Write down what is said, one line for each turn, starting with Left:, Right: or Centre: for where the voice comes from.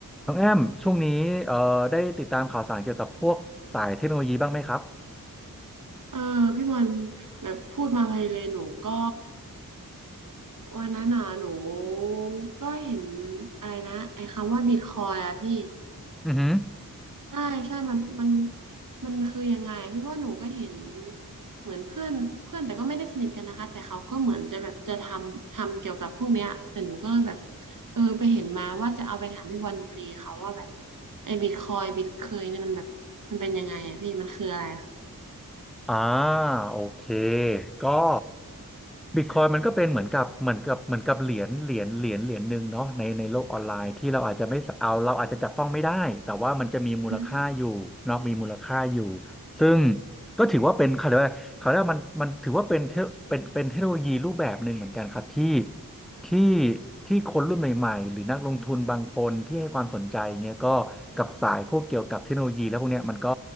Centre: น้องแอมช่วงนี้เอ่อได้ติดตามข่าวสารเกี่ยวกับพวกสายเทคโนโลยีบ้างไหมครับ
Right: เออพี่บอลแบบพูดมาไพเลยหนูก็วันนั้นน่ะหนูก็เห็นอะไรนะไอ้คำว่าบิตคอยอะพี่
Centre: อือหือ
Right: ใช่ใช่มันมันมันคือยังไงพี่ว่าหนูก็เห็นเหมือนเพื่อนเพื่อนแต่ก็ไม่ได้สนิทกันนะคะแต่เขาก็เหมือนจะแบบจะทำทำเกี่ยวกับพวกเนี้ยแต่หนูก็แบบเออไปเห็นมาว่าจะเอาไปถามพี่บอลอยู่พอดีค่ะว่าแบบไอ้บิตคอยบิตเคยเนี่ยมันแบบมันเป็นยังไงอะพี่มันคืออะไรคะ
Centre: อ่าโอเคก็บิตคอยมันก็เป็นเหมือนกับเหมือนกับเหมือนกับเหรียญเหรียญเหรียญเหรียญหนึ่งเนาะในในโลกออนไลน์ที่เราอาจจะไม่เอาเราอาจจะจับต้องไม่ได้แต่ว่ามันจะมีมูลค่าอยู่เนาะมีมูลค่าอยู่
Right: อืม
Centre: ซึ่งก็ถือว่าเป็นเขาเรียกว่าเขาเรียกว่ามันมันถือว่าเป็นเทเป็นเป็นเทคโนโลยีรูปแบบหนึ่งเหมือนกันครับที่ ที่ที่คนรุ่นใหม่ๆหรือนักลงทุนบางคนที่ให้ความสนใจเงี้ยก็กับสายพวกเกี่ยวกับเทคโนโลยีแล้วพวกเนี้ยมันก็